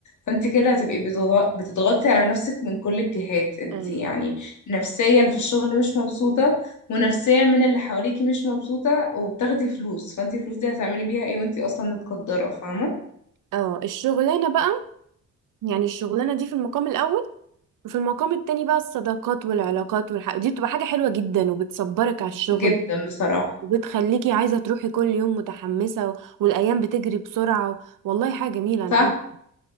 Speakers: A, on the left; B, on the right.
A: فانت كده هتبقي بتضغ- بتضغطي على نفسك من كل الجهات انت
B: ايوه
A: يعني نفسيا في الشغل مش مبسوطه ونفسيا من اللي حواليكي مش مبسوطه وبتاخدي فلوس فانت الفلوس دي هتعملي بيها ايه وانت اصلا متقدره فاهمه
B: اه الشغلانة بقى يعني الشغلانة دي في المقام الأول وفي المقام التاني بقى الصداقات والعلاقات والح... دي بتبقى حاجة حلوة جدا وبتصبرك على الشغل
A: جدا بصراحه
B: وبتخليكي عايزة تروحي كل يوم متحمسة و... والأيام بتجري بسرعة والله حاجة جميلة
A: صح
B: أنا عارفة